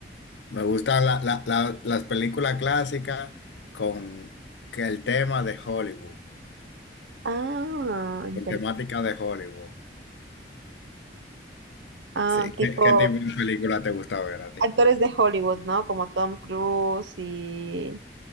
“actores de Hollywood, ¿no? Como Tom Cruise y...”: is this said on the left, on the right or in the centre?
Right